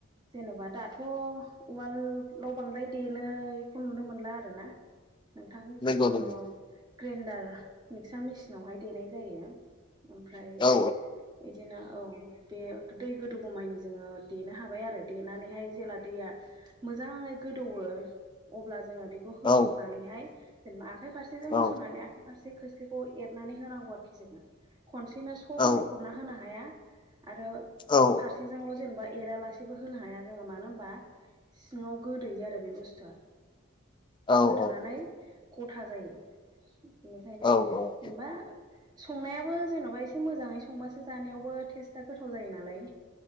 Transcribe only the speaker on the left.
नंगौ
नंगौ
औ
औ
औ
औ
औ
औ
औ औ
औ औ